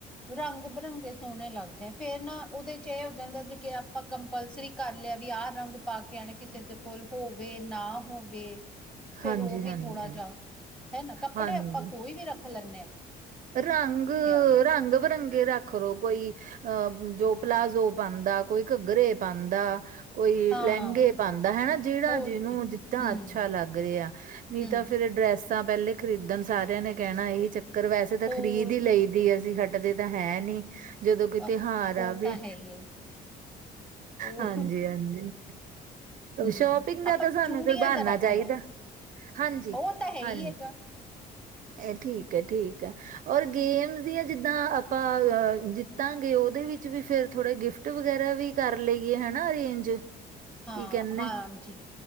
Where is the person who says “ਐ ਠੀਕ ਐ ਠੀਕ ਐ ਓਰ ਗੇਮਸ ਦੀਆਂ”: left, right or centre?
Right